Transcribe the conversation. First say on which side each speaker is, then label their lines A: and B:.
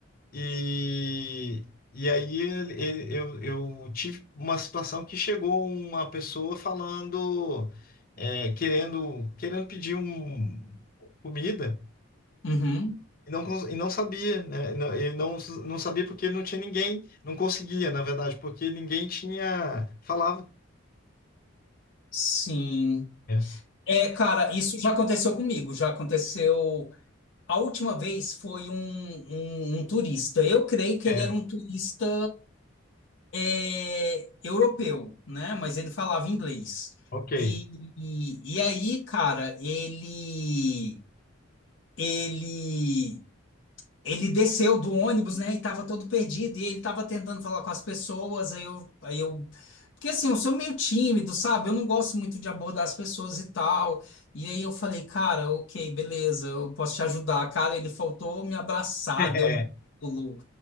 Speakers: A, on the left; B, on the left.
A: E, e aí ele, ele- eu, eu tive uma situação que chegou uma pessoa falando, é, querendo, querendo pedir um, comida
B: Uhum.
A: e não, cons- e não sabia, né? Não- Ele não, não sabia porque não tinha ninguém, não conseguia, na verdade, porque ninguém tinha falava.
B: Sim.
A: É,
B: É, cara, isso já aconteceu comigo. Já aconteceu. A última vez foi um, um, um turista. Eu creio que
A: é,
B: ele era um turista é, europeu, né? Mas ele falava inglês.
A: ok.
B: E, e, e aí, cara, ele. Ele. Ele desceu do ônibus, né? E tava todo perdido. E ele tava tentando falar com as pessoas. Aí eu, aí eu. Porque assim, eu sou meio tímido, sabe? Eu não gosto muito de abordar as pessoas e tal. E aí eu falei, cara, ok, beleza, eu posso te ajudar. Cara, ele faltou me abraçar,
A: <laughs>
B: deu um pulo.